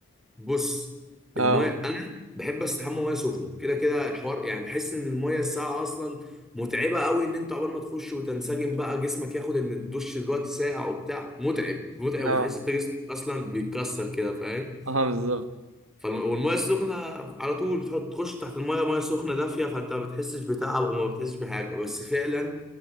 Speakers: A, in the centre; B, on the right (about 85°).
A: بص
B: اه
A: المايه انا بحب استحمى ميه سخنه كده كده الحوار يعني بحس ان المايه الساقعه اصلا متعبه قوي ان انت عقبال ما تخش وتنسجم بقى جسمك ياخد ان الدش دلوقتي ساقع وبتاع متعب متعب
B: اه
A: وتحس انت جسمك اصلا بيتكسر كده فاهم
B: اه بالظبط
A: فالم... والميه السخنه على طول بتحط تخش تحت المايه ميه سخنه دافيه فانت ما بتحسش بتعب وما بتحسش بحاجه بس فعلا